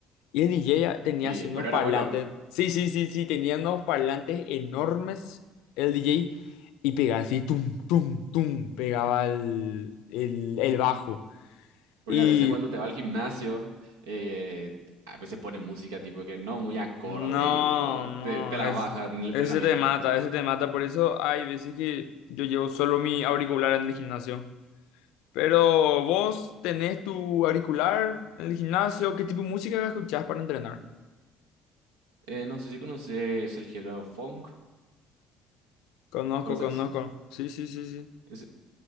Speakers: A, on the left; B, on the right.
A: Y el DJ a- tenía
B: Y,
A: así unos
B: pero
A: parlantes.
B: era bueno,
A: Sí, sí, sí, sí, tenía unos parlantes enormes el DJ. Y pegaba así, tum, tum, tum, pegaba el, el, el bajo.
B: Porque
A: Y
B: a veces cuando te va al gimnasio, eh, a veces pone música tipo que no muy acorde
A: no,
B: y tipo
A: no,
B: te, te la
A: es,
B: baja en el entrenamiento.
A: ese te mata, ese te mata. Por eso hay veces que yo llevo solo mi auricular en el gimnasio. Pero vos tenés tu auricular en el gimnasio, ¿qué tipo de música escuchás para entrenar?
B: Eh, no sé si conoces el género funk,
A: Conozco,
B: ¿conoces?
A: conozco. Sí, sí, sí, sí.
B: Es-